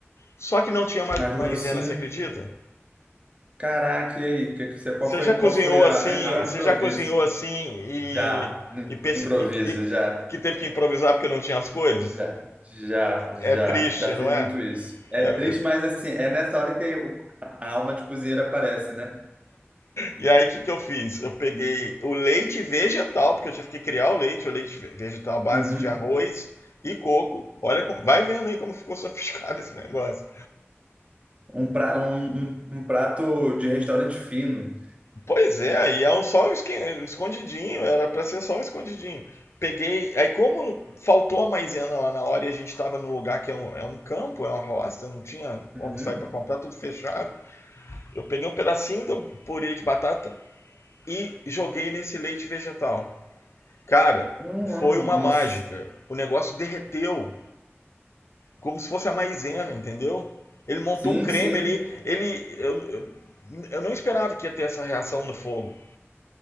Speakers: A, on the left; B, on the right.
A: Só que não tinha ma-
B: Mais
A: maisena,
B: grossinho.
A: você acredita?
B: Caraca, e aí? Que, que você, qual
A: Você
B: foi,
A: já cozinhou
B: qual foi a,
A: assim,
B: a, a
A: você
B: improviso?
A: já cozinhou assim e,
B: Já, no
A: e, perce-
B: improviso,
A: e- e-
B: já,
A: que teve que improvisar porque não tinha as coisas?
B: já, já,
A: É
B: já,
A: triste,
B: já fiz
A: não é?
B: muito isso. É
A: É,
B: triste, mas assim, é nessa hora que o- a alma de cozinheiro aparece, né?
A: E aí o que, que eu fiz? Eu peguei o leite vegetal, porque eu tive que criar o leite, o leite ve- vegetal à base
B: Uhum.
A: de arroz e coco. Olha como, vai vendo aí como ficou sofisticado esse negócio.
B: Um, pra, um, um, um prato de restaurante fino.
A: Pois é, aí é um só um esqui- escondidinho, era pra ser só um escondidinho. Peguei. Aí, como faltou a maisena lá na hora e a gente tava no lugar que é um, é um campo, é uma roça, não tinha
B: Uhum.
A: como sair pra comprar, tudo fechado. Eu peguei um pedacinho do purê de batata e joguei nesse leite vegetal. Cara,
B: Hum,
A: foi
B: ah, nossa.
A: uma mágica. O negócio derreteu, como se fosse a maisena, entendeu? Ele montou
B: Sim,
A: um creme,
B: sim,
A: ele. ele eu, eu, eu não esperava que ia ter essa reação no fogo.